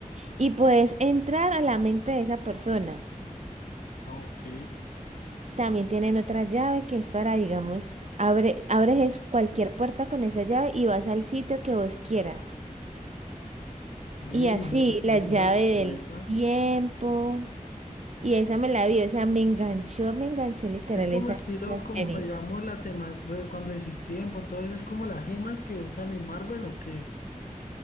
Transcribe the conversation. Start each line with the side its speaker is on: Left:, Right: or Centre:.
Right: y puedes entrar a la mente de esa persona.
Left: Ok.
Right: También tienen otra llave que es para, digamos, abre, abres es cualquier puerta con esa llave y vas al sitio que vos quieras.
Left: Ve,
Right: Y así,
Left: no, no,
Right: la llave
Left: no he visto
Right: del
Left: esa.
Right: tiempo. Y esa me la vi, o sea, me enganchó, me enganchó literal
Left: Es como
Right: esa,
Left: estilo,
Right: esa
Left: como
Right: serie.
Left: digamos, la tema, bueno, cuando decís tiempo, todo eso es como las gemas que usan en Marvel o qué.